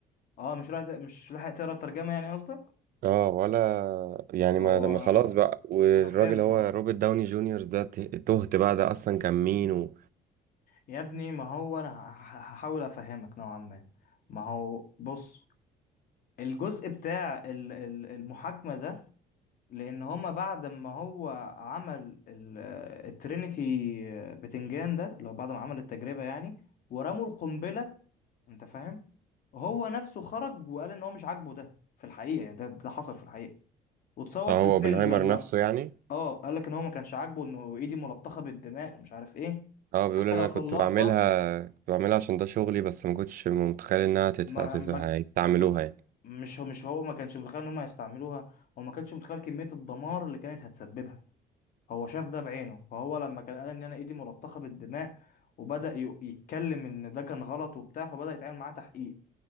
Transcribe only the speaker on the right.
اه ولا يعني
ما ما خلاص بقى والراجل
هو
روبرت داوني جونيور ده ت- تهت بقى ده اصلا كان مين و...
آه،
هو
اوبنهايمر
نفسه يعني
اه بيقول
انا
كنت
بعملها كنت بعملها عشان ده شغلي بس ما كنتش متخيل انها تت-
هتز-
هيستعملوها
يعني